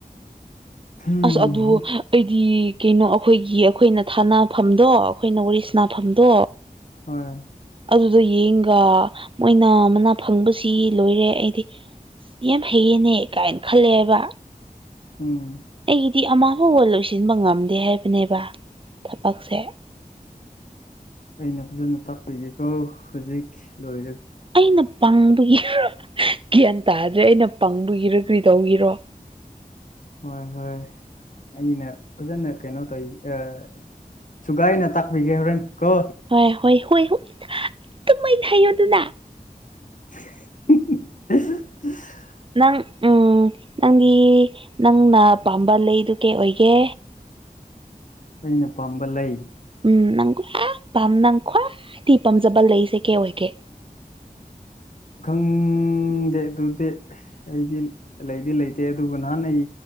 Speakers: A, on the left; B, on the right.
A: ꯎꯝ
B: ꯑꯁ ꯑꯗꯨ ꯑꯩꯗꯤ ꯀꯩꯅꯣ ꯑꯩꯈꯣꯏꯒꯤ ꯑꯩꯈꯣꯏꯅ ꯊꯥꯅꯐꯝꯗꯣ ꯑꯩꯈꯣꯏꯅ ꯋꯥꯔꯤ ꯁꯅꯥꯐꯝꯗꯣ
A: ꯍꯣꯏ
B: ꯑꯗꯨꯗꯣ ꯌꯦꯡꯒ ꯃꯣꯏꯅ ꯃꯅꯥ ꯐꯪꯕꯁꯤ ꯂꯣꯏꯔꯦ ꯑꯩꯗꯤ ꯌꯥꯝ ꯍꯩꯌꯦꯅꯦ ꯀꯥꯏꯅ ꯈꯜꯂꯦꯕ
A: ꯎꯝ
B: ꯑꯩꯒꯤꯗꯤ ꯑꯃ ꯐꯥꯎꯕ ꯂꯣꯏꯁꯤꯟꯕ ꯉꯝꯗꯦ ꯍꯥꯏꯕꯅꯦꯕ ꯊꯕꯛꯁꯦ
A: ꯑꯩꯅ ꯐꯖꯅ ꯇꯥꯛꯄꯤꯒꯦꯀꯣ ꯍꯧꯖꯤꯛ ꯂꯣꯏ
B: ꯑꯩꯅ ꯄꯪꯕꯒꯤ ꯒ꯭ꯌꯥꯟ ꯇꯥꯗ꯭ꯔꯦ ꯑꯩꯅ ꯄꯪꯕꯒꯤꯔ ꯀꯔꯤꯗꯧꯒꯤꯔꯣ
A: ꯍꯣꯏ ꯍꯣꯏ ꯑꯩꯅ ꯐꯖꯅ ꯀꯩꯅꯣ ꯇꯧꯋ ꯁꯨꯒꯥꯏꯅ ꯇꯥꯛꯄꯤꯒꯦ ꯍꯣꯔꯦꯟ ꯀꯣ
B: ꯍꯣꯏ ꯍꯣꯏ ꯍꯣꯏ ꯇꯨꯝꯃꯩꯅ ꯍꯥꯏꯌꯣ ꯑꯗꯨꯅ
A: <unintelligible>
B: ꯅꯪ ꯎꯝ ꯅꯪꯗꯤ ꯅꯪꯅ ꯄꯥꯝꯕ ꯂꯩꯗꯨ ꯀꯩ ꯑꯣꯏꯒꯦ
A: ꯑꯩꯅ ꯄꯥꯝꯕ ꯂꯩ
B: ꯎꯝ ꯅꯪ ꯈ꯭ꯋꯥ ꯅꯪ ꯈ꯭ꯋꯥꯏꯗꯗꯒꯤ ꯄꯥꯝꯖꯕ ꯂꯩꯁꯦ ꯀꯩ ꯑꯣꯏꯒꯦ
A: ꯈꯪ ꯈꯪꯗꯦ ꯑꯗꯨꯗꯤ ꯑꯩꯗꯤ ꯂꯩꯗꯤ ꯂꯩꯇꯦ ꯑꯗꯨꯕꯨ ꯅꯍꯥꯟ ꯑꯩ